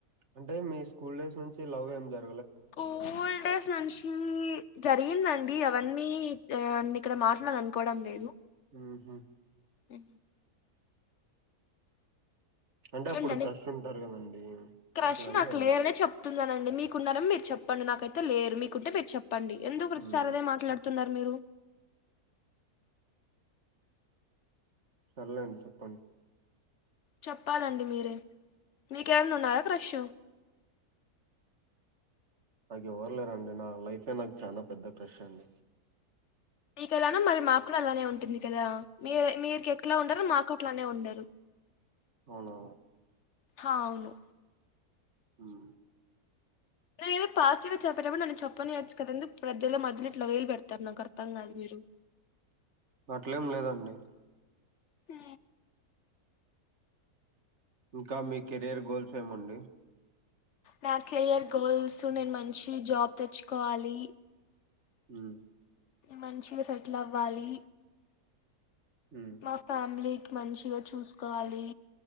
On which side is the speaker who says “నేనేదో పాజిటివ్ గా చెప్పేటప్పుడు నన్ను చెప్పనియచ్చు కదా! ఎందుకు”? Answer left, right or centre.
Left